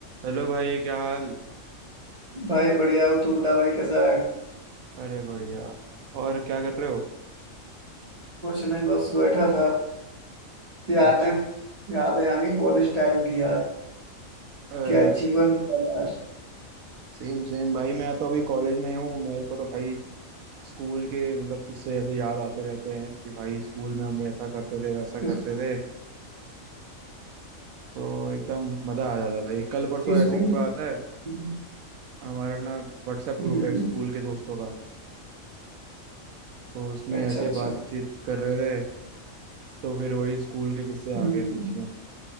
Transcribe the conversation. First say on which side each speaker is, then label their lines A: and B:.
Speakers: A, on the right (about 80°); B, on the right (about 35°).
A: Hello भाई क्या हाल
B: भाई बढ़िया हो तू बता भाई कैसा है
A: अरे बढ़िया और क्या कर रहे हो
B: कुछ नहीं बस बैठा था यादें
A: अच्छा
B: यादें आ गई कॉलेज टाइम की यार
A: अरे
B: क्या
A: भाई
B: जीवन था यार
A: सेम सेम भाई मैं तो अभी कॉलेज में ही हूँ मेरे को तो भाई स्कूल के मतलब किस्से ऐसे याद आते रहते हैं कि भाई स्कूल में हम ऐसा करते थे वैसा
B: इस-
A: करते थे तो एकदम मजा आ जाता भाई कल परसों
B: स्कूल
A: ऐसे की बात है
B: हम्म
A: हमारा ना व्हाट्सएप
B: हम्म,
A: ग्रुप है स्कूल के दोस्तों का तो उसमें
B: अच्छा
A: ऐसे
B: अच्छा
A: बातचीत कर रहे थे तो फिर वही स्कूल के किस्से
B: हम्म
A: आ गए बीच में